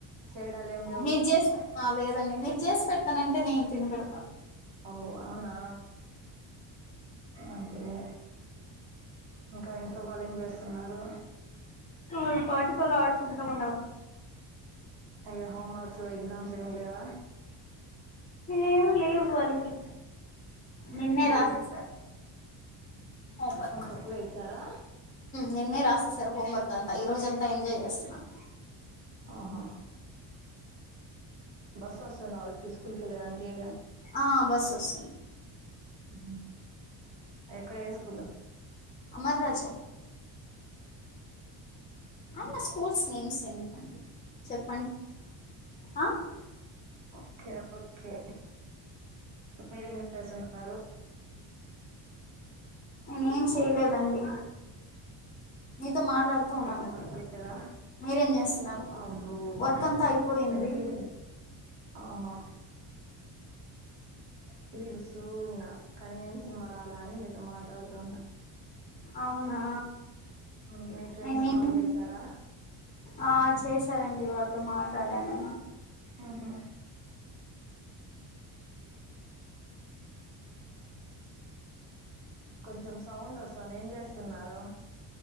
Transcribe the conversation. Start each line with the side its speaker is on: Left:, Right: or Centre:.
Right: చేయడాలు ఏం లేవు
Left: మీరు జేస్కో ఆ లేదండి మీరు జేసి పెడ్తానంటే నేన్ తిని పెడ్తా
Right: ఔ ఔనా అంతే లే ఇంకా ఇంట్లో వాళ్ళేం జేస్సున్నారు
Left: ఆళ్ళ పాటికాళ్ళు ఆడుకుంటా ఉండారు
Right: అయ్యో హోంవర్క్స్ ఎగ్జామ్స్ ఏం లేవా
Left: ఏం లేవు వాల్కీ నిన్నే
Right: అంటే
Left: రాసేసార్ హోంవర్క్
Right: తక్కువే ఇచ్చారా
Left: నిన్నే రాసేసారు హోంవర్క్ అంతా ఈ రోజంతా ఎంజాయ్ చేస్తున్నారు
Right: ఆహా బస్సొస్సుందా వాల్కీ తీస్కూంకెల్లదానికి
Left: ఆ బస్సొస్తుంది
Right: ఉహు ఎక్కడ ఏ స్కూలు
Left: అమర్రాజా ఐనా స్కూల్స్ నేమ్స్ ఎందుకండి చెప్పండి హా
Right: ఓకే ఓకే మీరేం చేస్తుంటారు
Left: నేనేం సేయలేదండి నీతో మాట్లాడుతు తోన్నానిప్పుడు
Right: ఏం వర్క్ లేదా
Left: మీరేం చేస్తున్నారు
Right: అబ్బో
Left: వర్క్ అంతా అయిపోయింది
Right: నేను టీవీ ఆహా టీవీ చూస్తూ ఉన్నా కానీ ఏం సినిమా రాల అని మీతో మాట్లాడుతూన్నా
Left: అవునా
Right: మ్ మీ ఫ్రెండ్స్
Left: మేమే
Right: కాల్ జేసారా
Left: ఆ చేసారండి వాళ్తో మాట్లాడాను
Right: ఆహా కొంచెం సౌండ్ ఒస్తాంది ఏం జేస్తున్నారు